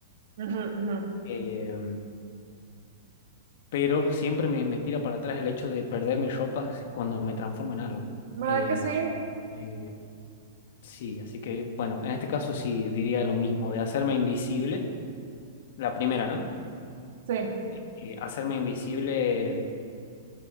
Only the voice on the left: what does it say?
Eh, pero siempre me, me tira para atrás el hecho de perder mis ropas cuando me transformo en algo.
Eh,
así que, sí, así que bueno, en este caso sí diría lo mismo, de hacerme invisible, la primera, ¿no?
Eh, hacerme invisible,